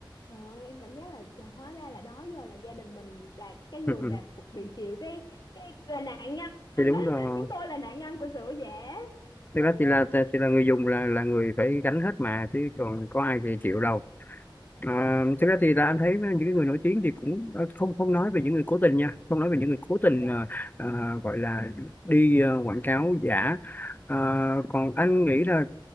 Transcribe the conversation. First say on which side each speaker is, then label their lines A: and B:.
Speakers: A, on the left; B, on the left.
A: trời ơi em cảm giác là trời, hóa ra là đó giờ là gia đình mình là cái người
B: ừ ừ.
A: là
B: ừ.
A: cuộc- bị chịu cái cái là nạn nhân
B: thì đúng
A: đó
B: rồi
A: <laughs> chúng tôi là nạn nhân của sữa giả trời
B: thực ra thì
A: ơi
B: là thì là người dùng là là người phải gánh hết mà chứ còn có ai thì chịu đâu à, thực ra thì là anh thấy những cái người nổi tiếng thì cũng ờ, không không nói về những người cố tình nha không nói về những người cố tình
A: dạ
B: ờ, ờ, gọi là đi ờ, quảng cáo giả Ờ, còn anh nghĩ là